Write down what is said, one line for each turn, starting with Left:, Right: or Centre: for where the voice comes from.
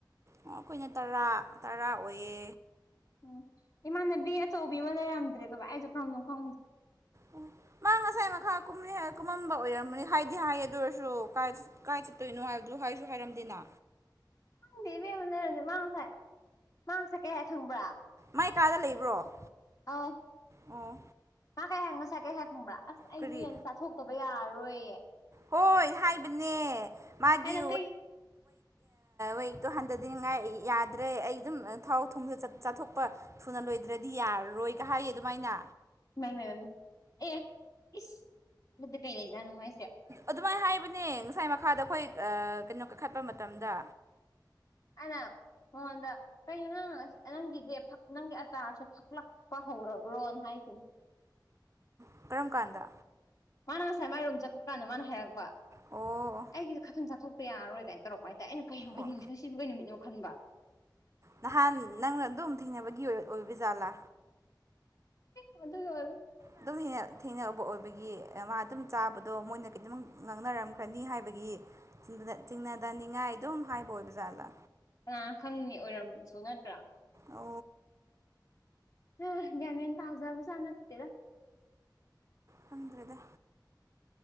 Right: ꯑꯣ ꯑꯩꯈꯣꯏꯅ ꯇꯔꯥ ꯇꯔꯥ ꯑꯣꯏꯌꯦ
Left: ꯎꯝ ꯏꯃꯥꯟꯅꯕꯤ ꯑꯆꯧꯕꯤ ꯑꯃ ꯂꯩꯔꯝꯗ꯭ꯔꯦꯗꯕ ꯑꯩꯁꯨ ꯈꯔꯝꯗꯧ ꯈꯪꯉꯦ
Right: ꯎ ꯃꯥ ꯉꯁꯥꯏ ꯃꯈꯥ ꯀꯨꯝꯃꯝꯕ ꯑꯣꯏꯔꯝꯕꯅꯤ ꯍꯥꯏꯗꯤ ꯍꯥꯏꯌꯦ ꯑꯗꯨ ꯑꯣꯏꯔꯁꯨ ꯀꯥꯏ ꯀꯥꯏ ꯆꯠꯇꯣꯏꯅꯣ ꯍꯥꯏꯕꯗꯨ ꯍꯥꯏ ꯀꯁꯨ ꯍꯥꯏꯔꯝꯗꯦꯅ
Left: ꯈꯪꯗꯦꯕꯦꯝꯕꯅꯔꯅꯦ ꯃꯥꯡꯁꯥꯏ ꯃꯥꯡ ꯉꯁꯥꯏ ꯀꯩ ꯍꯥꯏ ꯈꯪꯕ꯭ꯔꯥ
Right: ꯃꯥꯏ ꯀꯥꯗ ꯂꯩꯕ꯭ꯔꯣ
Left: ꯑ
Right: ꯑꯥ
Left: ꯉ ꯀꯩꯍꯥꯛ ꯉꯁꯥꯏ ꯀꯩꯍꯥꯛ ꯈꯪꯕ꯭ꯔ ꯑꯁ ꯑꯩ
Right: ꯀꯔꯤ
Left: ꯌꯦꯅ ꯆꯥꯊꯣꯛꯇꯕ ꯌꯥꯔꯣꯏꯌꯦ
Right: ꯍꯣꯏ ꯍꯥꯏꯕꯅꯦ ꯃꯥꯒꯤ
Left: ꯑꯩꯅ ꯀꯩ
Right: ꯋꯦꯛꯇꯣ ꯍꯟꯊꯗꯤꯅꯤꯡꯉꯥꯏ ꯌꯥꯗ꯭ꯔꯦ ꯑꯩ ꯑꯗꯨꯝ ꯊꯥꯎ ꯊꯨꯝꯁꯨ ꯆꯥꯊꯣꯛꯄ ꯊꯨꯅ ꯂꯣꯏ ꯍꯥꯏꯗ꯭ꯔꯗꯤ ꯌꯥꯔꯔꯣꯏ ꯀ ꯍꯥꯏꯌꯦ ꯑꯗꯨꯃꯥꯏꯅ
Left: ꯃꯥꯏ ꯃꯥꯏ ꯑꯦ ꯏꯁ ꯑꯗꯨꯗ ꯀꯩ ꯂꯩꯖꯥꯅꯅꯨꯡꯉꯥꯏꯁ
Right: ꯑꯗꯨꯃꯥꯏꯅ ꯍꯥꯏꯕꯅꯦ ꯉꯁꯥꯏ ꯃꯈꯥꯗ ꯑꯩꯈꯣꯏ ꯀꯩꯅꯣ ꯀꯥꯈꯠꯄ ꯃꯇꯝꯗ
Left: ꯑꯔ ꯃꯉꯣꯟꯗ ꯀꯩꯅꯣ ꯅꯪꯁ ꯅꯪꯒꯤꯁꯦ ꯅꯪꯒꯤ ꯑꯆꯥꯔꯁꯦ ꯐꯛꯂꯛꯄ ꯍꯧꯔꯕ꯭ꯔꯣꯅ ꯍꯥꯏ ꯣ
Right: ꯎ ꯀꯔꯝ ꯀꯥꯟꯗ
Left: ꯃꯥꯅ ꯉꯁꯥꯏ ꯃꯥꯏ ꯔꯨꯝꯝ ꯆꯠꯄ ꯀꯥꯟꯅꯣ ꯃꯥꯅ ꯍꯥꯏꯔꯛꯄ
Right: ꯑꯣ
Left: ꯑꯩꯒꯤꯁꯨ ꯈꯊꯤꯟ ꯆꯥꯊꯣꯛꯄ ꯌꯥꯔꯔꯣꯏꯗꯥꯏꯅ ꯇꯧꯔꯛꯄ ꯍꯥꯏꯦ ꯑꯩꯅ ꯀꯩꯅꯣ ꯍꯥꯏ
Right: ꯑꯣ
Left: ꯅꯤꯡꯁꯤꯡꯁꯤꯕꯒꯤ ꯅꯨꯃꯤꯠꯅꯣ ꯈꯟꯕ
Right: ꯅꯍꯥꯟ ꯅꯪꯅ ꯑꯗꯨꯝ ꯊꯦꯡꯅꯕꯒꯤ ꯑꯣꯏ ꯑꯣꯏꯕ ꯖꯥꯠꯂꯥ
Left: ꯍꯅꯦꯣ
Right: ꯑꯗꯨꯝ ꯊꯦꯡꯅꯕ ꯑꯣꯏ ꯑꯩꯒꯤ ꯃꯥ ꯑꯗꯨꯝ ꯆꯥꯕꯗꯣ ꯃꯣꯏꯅ ꯇ ꯉꯥꯡꯅꯔꯝꯈ꯭ꯔꯅꯤ ꯍꯥꯏꯕꯒꯤ ꯆꯤꯡ ꯆꯅꯤꯡꯉꯥꯏ ꯑꯗꯨꯝ ꯍꯥꯏꯕꯣꯏ ꯖꯥꯠꯂ
Left: ꯀꯅꯥꯅ ꯈꯪꯅꯤ ꯑꯣꯏꯔꯝꯁꯨ ꯅꯠꯇ꯭ꯔꯥ
Right: ꯑ
Left: ꯍ ꯅꯦꯦꯟ ꯇꯥꯎꯖꯕꯁꯅ ꯇꯔ
Right: ꯍꯪꯗ꯭ꯔꯗ